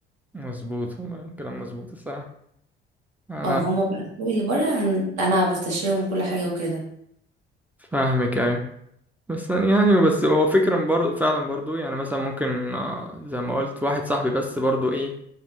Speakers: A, in the centre; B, on the right.
A: مظبوط والله كلام مظبوط الصراحه انا
B: اه هما بقى صحابي اللي بره أنا أنا بستشيرهم وكل حاجة وكده
A: فاهمك ايوه بس يعني بس هو فكرة برضو فعلا برضو يعني مثلا ممكن آه، زي ما قلت واحد صاحبي بس برضو ايه